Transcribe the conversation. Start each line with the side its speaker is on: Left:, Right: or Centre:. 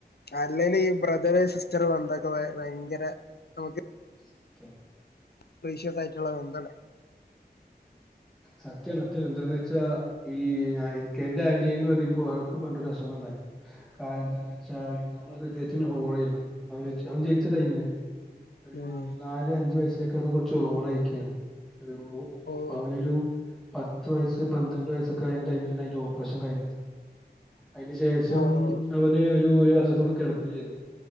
Left: അല്ലേല് ഈ ബ്രദറ് സിസ്റ്ററ് വന്തൊക്കെ ഭയങ്കര നമുക്ക്
Centre: സ്ക്കെ
Left: പ്രീഷ്യസ് ആയിട്ടുള്ള വന്താണ്.
Centre: സത്യണ്. എന്താന്ന് വെച്ചാ ഈ ഞാ എനിക്ക് എന്റെ അനിയനും ഒര് <unintelligible> പണ്ടൊരു അസുഖം ഉണ്ടായിരുന്നു. കാര്യം എന്താന്ന് വച്ചാ നമ്മുടെ ഹൃദയത്തിന് ഹോൾ ആയിരുന്നു അവ അവൻ ജനിച്ച ടൈമിലന്നെ. ഒരു
Left: ഉം
Centre: നാല് അഞ്ചു വയസിലൊക്കെ അത് കുറച്ച് ഓവറയിക്കേണു ഒരു.
Left: ഓഹ്
Centre: അപ്പ അവനൊരു പത്ത് വയസ്സ്, പന്ത്രണ്ട് വയസ്സൊക്കെ അയേന്റെ ടൈമിലാണ് അയിൻ്റെ ഓപ്പറേഷൻ കഴിഞ്ഞത്. അയിന് ശേഷം
Left: ഓഹ്
Centre: അവന് ഒരു, ഒരു വർഷത്തോളം കിടപ്പിലായിരുന്നു.